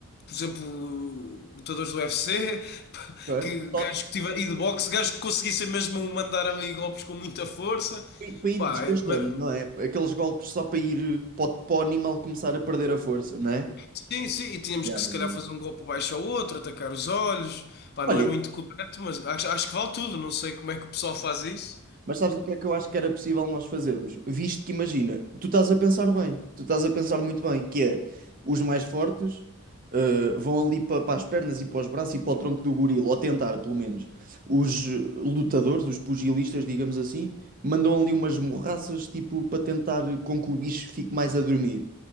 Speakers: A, on the left; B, on the right.
A: por exemplo, lutadores do UFC, <laughs>
B: Pá,
A: que
B: Só
A: gajos que tiver, e de boxe, gajos que conseguissem mesmo mandar ali golpes com muita força.
B: para ir
A: Pá,
B: desgastando,
A: eu- mas-
B: não é? Aqueles golpes só para ir para o, para o animal começar a perder a força, não é?
A: sim, sim, e tínhamos
B: Yeah,
A: que se
B: yeah,
A: calhar
B: yeah.
A: fazer um golpe baixo ao outro, atacar os olhos. Pá,
B: Olha,
A: não é muito correto, mas acho, acho que vale tudo. Não sei como é que o pessoal faz isso.
B: Mas sabes o que é que eu acho que era possível nós fazermos? Visto que, imagina, tu estás a pensar bem, tu estás a pensar muito bem, que é os mais fortes eh, vão ali para as pernas e para os braços e para o tronco do gorila, ou tentar, pelo menos. Os eh, lutadores, os pugilistas, digamos assim, mandam ali umas morraças, tipo, para tentar com que o bicho fique mais a dormir.